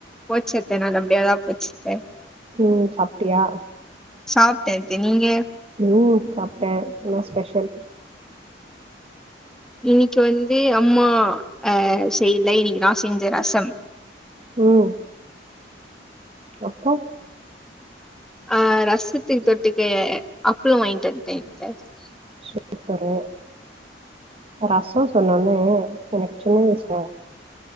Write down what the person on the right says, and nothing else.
ம் சாப்ட்டியா
ம் சாப்ட்டே என்னா ஸ்பெஷல்
ம் அப்போ
சூப்பரு ரசம் சொன்னோனே எனக்கு சின்ன வயசு